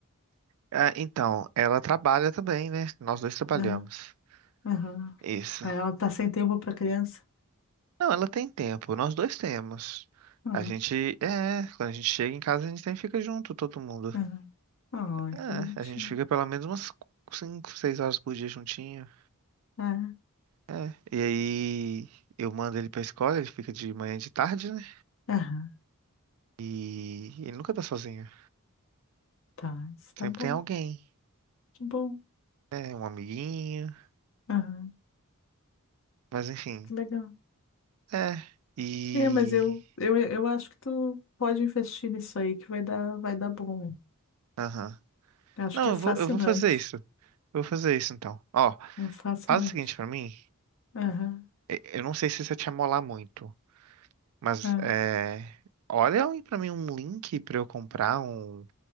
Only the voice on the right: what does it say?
Ah, então, ela trabalha também, né? Nós dois trabalhamos.
Isso.
Não, ela tem tempo, nós dois temos.
A gente, é, quando a gente chega em casa, a gente sempre fica junto, todo mundo.
É,
a gente fica pelo menos umas 5, 6 horas por dia juntinho.
É, e aí eu mando ele pra escola, ele fica de manhã e de tarde, né?
E ele nunca tá sozinho.
Sempre
tem alguém,
né? Um amiguinho,
mas enfim.
É, e...
Aham.
Não,
eu
vou, eu vou fazer isso. Eu vou fazer isso então. Ó,
faz o seguinte pra mim.
e- Eu não sei se isso vai te amolar muito. Mas
é, olha aí pra mim um link pra eu comprar um,